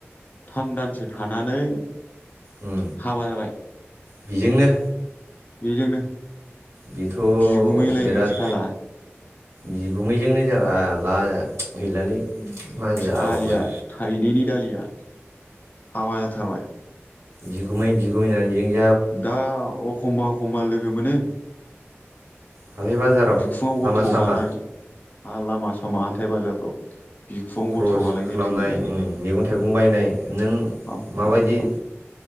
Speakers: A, on the left (about 40°); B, on the right (about 75°).
A: थाम दानसो थानानै
B: उम
A: हाबा जाबाय
B: <inaudible> बेजोंनो
A: बेजोंनो
B: बेथ
A: बिगुमै लायनो
B: बिराद
A: साला
B: बिगुमैजोंनो केला ला यै गैलालै मा जाबावगोन
A: सालिया थाइनैनि दालिया। हाबाजा थारबाय
B: बिगुमै बिगुमै <unintelligible>
A: दा अ अखमबा अखमबा लोगो मोनो।
B: हाथाय बाजाराव
A: बिखुङाव गथ'
B: लामा सामा
A: बानाय हा लामा सामा हाथाय बाजारफ्राव। बिखुङाव
B: ख्रस
A: गथ' बालायनाय
B: खालामनाय
A: लोगो मोनो
B: मैगं थाइगं बायनाय नों
A: बाब
B: माबायदि
A: बाब बाब